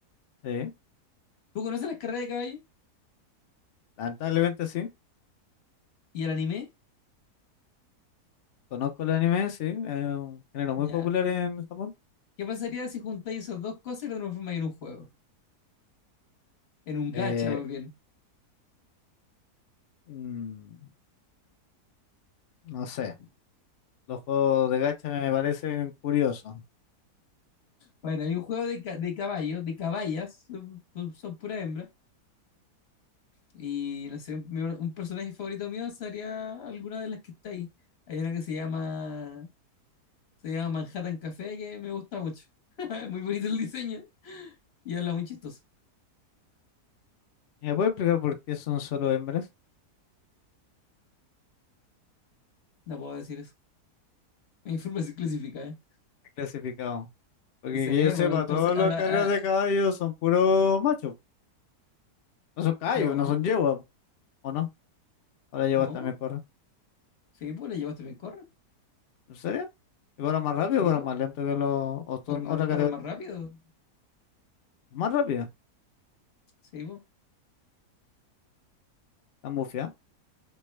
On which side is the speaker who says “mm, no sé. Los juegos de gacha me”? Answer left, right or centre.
Left